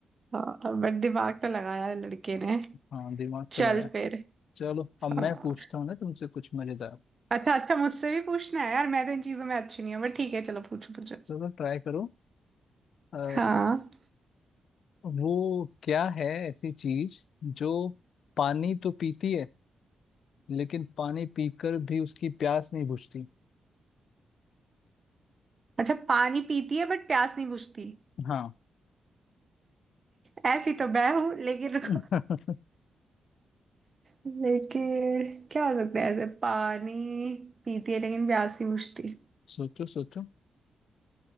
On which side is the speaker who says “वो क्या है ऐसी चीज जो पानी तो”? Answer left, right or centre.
Left